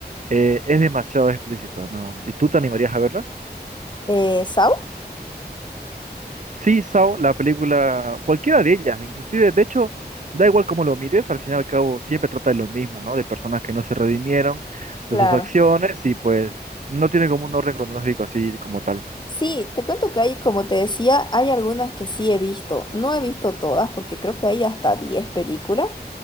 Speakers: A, on the right; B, on the left.
A: eh, es demasiado explícito, ¿no? ¿Y tú te animarías a verlas?
B: Eh, ¿Saw?
A: Sí, Saw, la película, cualquiera de ellas, inclusive, de hecho, da igual cómo lo mires, al final y al cabo siempre trata de lo mismo, ¿no? De personas que no se redimieron
B: Claro.
A: de sus acciones y pues no tiene como un orden cronológico así como tal.
B: Sí, te cuento que hay, como te decía, hay algunas que sí he visto. No he visto todas porque creo que hay hasta 10 películas.